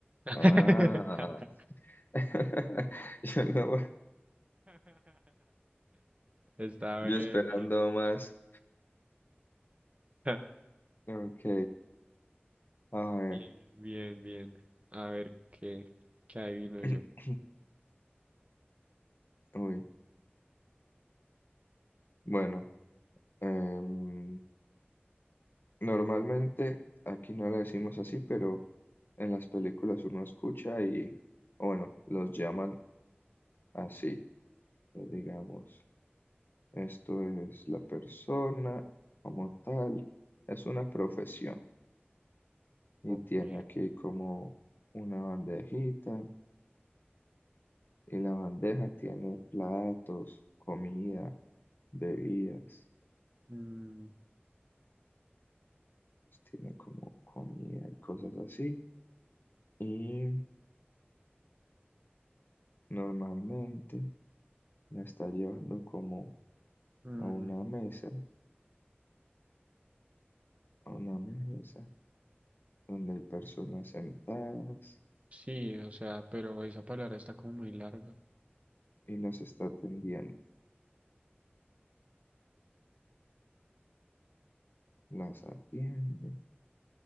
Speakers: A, on the right; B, on the left.
A: <laughs>
B: Ah, <laughs> yo no,
A: Está
B: yo
A: bien,
B: esperando
A: bien.
B: más.
A: <laughs>
B: Ok, a ver.
A: Bien, bien, bien. A ver qué, qué adivino
B: <clears throat>
A: yo.
B: Uy, bueno, em, normalmente aquí no le decimos así, pero en las películas uno escucha y, o bueno, los llaman así, pues digamos. Esto es la persona como tal, es una profesión y
A: Ok.
B: tiene aquí como una bandejita Y la bandeja tiene platos, comida, bebidas,
A: Mm,
B: pues tiene como comida y cosas así. Y normalmente la está llevando como
A: mm,
B: a una mesa, a una mesa donde hay personas sentadas
A: sí, o sea, pero esa palabra está como muy larga.
B: y las está atendiendo. Las atiende,